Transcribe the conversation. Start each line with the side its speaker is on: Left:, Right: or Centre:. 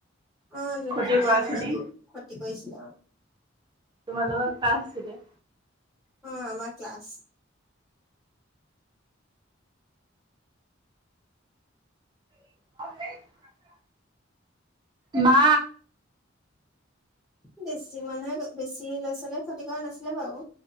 Centre: অ যোনখিনিয়
Right: ক্ষতি কৰা
Centre: মানে
Right: খিনি
Centre: দি কতি কৰিছিলে অ।
Right: তোমালোকৰ ক্লাছ আছিলে?
Centre: অ আমাৰ ক্লাছ
Right: <unintelligible> মা।
Centre: বেছি মানুহে বেছি ল'ৰা ছোৱালীয়ে খতি কৰা নাছিলে বাৰু।